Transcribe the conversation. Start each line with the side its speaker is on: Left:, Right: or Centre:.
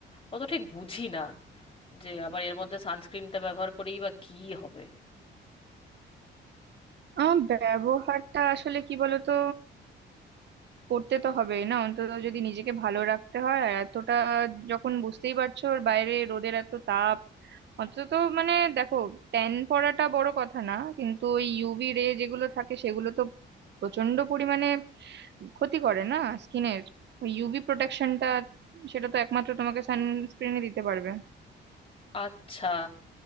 Left: অত ঠিক বুঝি না যে আবার এর মধ্যে সানস্ক্রিনটা ব্যবহার করেই বা কি হবে
Right: আমার ব্যবহারটা আসলে কি বলতো করতে তো হবেই না অন্তত যদি নিজেকে ভালো রাখতে হয় আর এতটা যখন বুঝতেই পারছো ওর বাইরে রোদের এত তাপ অন্তত মানে দেখো ট্যান পড়াটা বড় কথা না কিন্তু ওই ইউভি রে যেগুলো থাকে সেগুলো তো প্রচন্ড পরিমাণে ক্ষতি করে না স্কিনের ওই ইউভি প্রোটেকশনটা সেটা তো একমাত্র তোমাকে সানস্ক্রিনই দিতে পারবে
Left: আচ্ছা